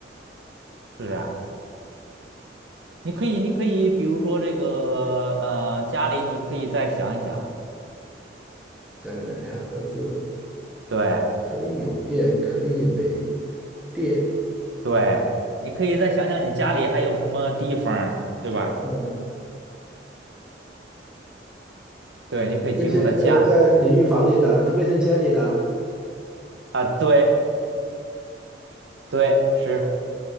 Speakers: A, on the right; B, in the centre.
A: 是这样的。你可以，你可以，比如说这个，呃，家里你可以再想一想，
B: 这人两个字
A: 对
B: 可以有电，可以没电。
A: 对，你可以再想想你家里还有什么地方儿对吧？
B: 嗯，
A: 对，你可以集中在家里面
B: 卫生呃，在淋浴房里的，就卫生间里的，
A: 啊，对对，是